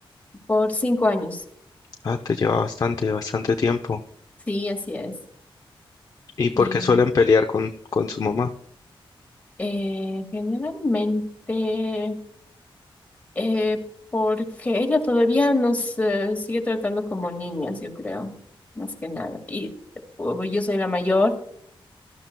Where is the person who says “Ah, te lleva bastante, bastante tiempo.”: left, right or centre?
Left